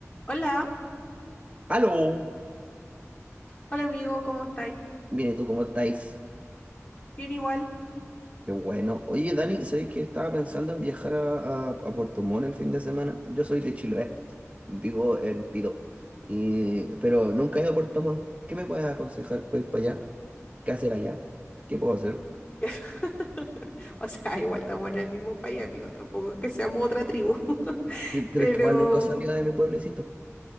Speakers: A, on the left (about 30°); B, on the right (about 25°).
A: Hola,
B: ¡Aló!
A: hola amigo, ¿cómo estáis?
B: Bien, ¿y tú cómo estáis?
A: Bien igual.
B: Qué bueno. Oye, Dani, ¿sabéis que estaba pensando en viajar a, a, a Puerto Montt el fin de semana? Yo soy de Chiloé, vivo en Pido, y, pero nunca he ido a Puerto Montt. ¿Qué me puedes aconsejar para ir para allá? ¿Qué hacer allá? ¿Qué puedo
A: Mm,
B: hacer?
A: <laughs> O sea, igual estamos en el mismo país, amigo, tampoco es que seamos otra tribu. <laughs>
B: Yo- pero
A: Pero
B: es que igual nunca he salido de mi pueblecito.